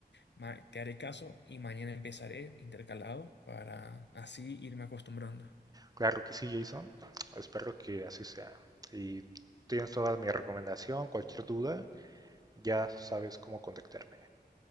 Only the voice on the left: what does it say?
Ma- te haré caso y mañana empezaré intercalado para así irme acostumbrando.